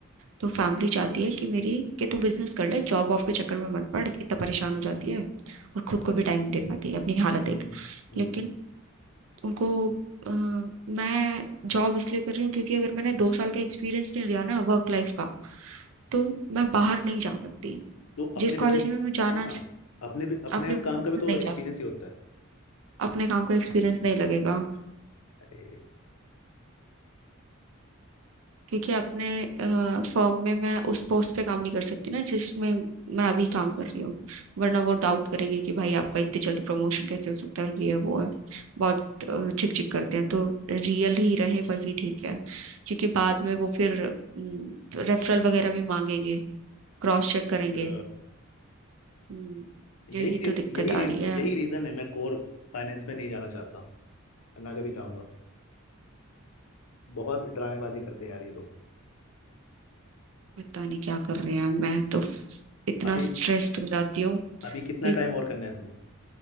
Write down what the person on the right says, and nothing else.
तो फैमिली चाहती है कि मेरी कि तू बिजनेस कर ले जॉब वॉब के चक्कर में मत पड़ इतना परेशान हो जाती है और खुद को भी टाइम नहीं दे पाती अपनी हालत देख
लेकिन उनको अ, मैं जॉब इसलिए कर रही हूँ क्योंकि अगर मैंने दो साल का एक्सपीरियंस नहीं लिया ना वर्क लाइफ का तो मैं बाहर नहीं जा सकती
जिस कॉलेज
में मैं जाना
अपने बिजनेस
में
नहीं
जा सकती
अपने काम का एक्सपीरियंस नहीं लगेगा
क्योंकि अपने फर्म में मैं उस पोस्ट पे काम नहीं कर सकती ना जिसमें मैं अभी काम कर रही हूँ वरना वो डाउट करेंगे कि भाई आपका इतनी जल्दी प्रमोशन कैसे हो सकता है और ये है वो है बहुत अ, झिक झिक करते हैं तो रियल ही रहे वही ठीक है क्योंकि बाद में वो फिर रेफरल वगैरह भी मांगेंगे क्रॉस चेक
करेंगे हम्म,
यही
तो दिक्कत
आ
रही है
पता नहीं क्या कर रहे हैं मैं तो फ- इतना
स्ट्रेस्ड हो जाती हूँ
एक